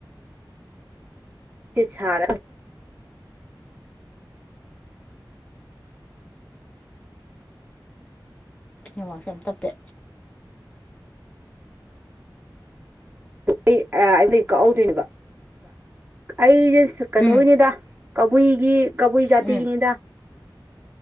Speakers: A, on the right (about 25°); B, on the left (about 15°).
A: ꯁꯦꯔ
B: ꯌꯦꯉꯥꯛꯁ ꯇ ꯄꯦ
A: ꯑꯩꯩ ꯀꯛꯍꯧꯗꯣꯏꯅꯦꯕ ꯑꯩꯁꯦ ꯀꯅꯨꯅꯤꯗ
B: ꯎꯝ
A: ꯀ ꯍꯨꯏꯒꯤ ꯀꯕꯨꯏ ꯌꯥꯇꯒꯤꯅꯤꯗ
B: ꯎꯝ